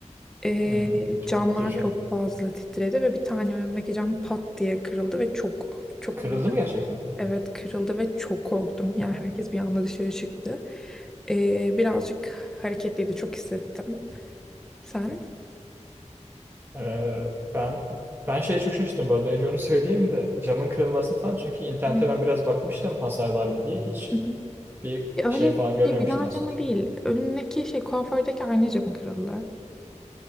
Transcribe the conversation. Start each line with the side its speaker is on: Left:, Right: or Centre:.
Centre: Ee,
Right: hmm,
Centre: camlar
Right: korkutucu.
Centre: çok fazla titredi ve bir tane önümdeki cam pat diye kırıldı ve çok çok
Right: Kırıldı mı gerçekten?
Centre: evet kırıldı ve çok korktum. Yani
Right: Ha.
Centre: herkes bir anda dışarı çıktı. Ee, birazcık hareketliydi. Çok hissettim. Sen? <laughs>
Right: Ee, ben ben şeye çok şaşırdım bu arada. Önce onu <laughs> söyleyeyim de camın kırılmasını falan. Çünkü internete
Centre: Evet.
Right: ben biraz bakmıştım hasar var mı diye. Hiç
Centre: Hı hı.
Right: bir
Centre: Ya
Right: şey
Centre: Öyle
Right: falan görmemiştim
Centre: şey bina
Right: hasar.
Centre: camı değil. Önümdeki şey kuafördeki ayna camı kırıldı.